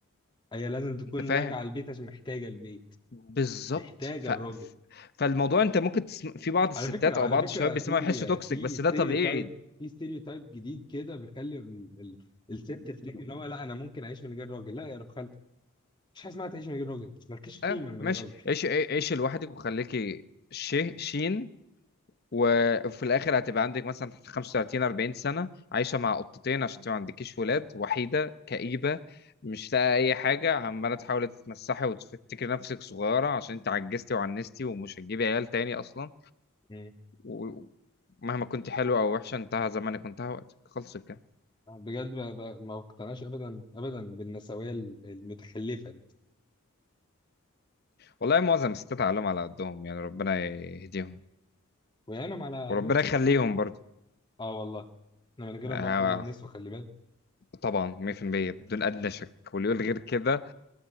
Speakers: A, on the left; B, on the left.
A: هي لازم تكون
B: انت فاهم
A: راجعه البيت عشان محتاجه البيت
B: بالظبط
A: محتاجه
B: ف...
A: الراجل
B: ف- فالموضوع انت ممكن تسم... في بعض الستات
A: على فكره على
B: او بعض
A: فكره
B: الشباب بيسمعوا
A: في
B: يحسوا توكسيك
A: في
B: بس
A: ستيريوتايب
B: ده طبيعي
A: في ستيريوتايب جديد كده بيخلي ال... ال... الست تفتكر ان هو لا انا ممكن اعيش من غير راجل لا يا رب خالتي مفيش حاجه اسمها تعيش من غير راجل مالكيش قيمه
B: اه
A: من
B: ماشي
A: غير راجل
B: عيش عيش لوحدك وخليكي شي شين وفي الاخر هتبقى عندك مثلا 35 40 سنه عايشه مع قطتين عشان انت ما عندكيش ولاد وحيده كئيبه مش لاقي اي حاجه عماله تحاولي تتمسحي وتفتكري نفسك صغيره عشان انت عجزتي وعنستي ومش هتجيبي عيال تاني اصلا
A: مم.
B: ومهما كنت حلوه او وحشه انتهى زمانك وانتهى وقتك خلص كده
A: بجد ب... ب... ما اقتنعش ابدا ابدا بالنسويه المتخلفه دي
B: والله معظم الستات عقلهم على قدهم يعني ربنا يهديهم
A: ويعينهم على
B: وربنا
A: اهلهم
B: يخليهم برضه
A: اه والله احنا من غيرهم
B: آه،
A: برضه ولا نسوى خلي بالك
B: طبعا 100% بدون ادنى شك واللي يقول غير كده